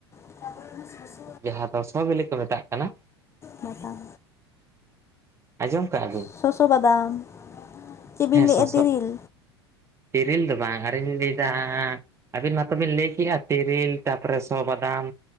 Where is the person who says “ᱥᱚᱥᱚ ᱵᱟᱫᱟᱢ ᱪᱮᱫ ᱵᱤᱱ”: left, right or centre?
Left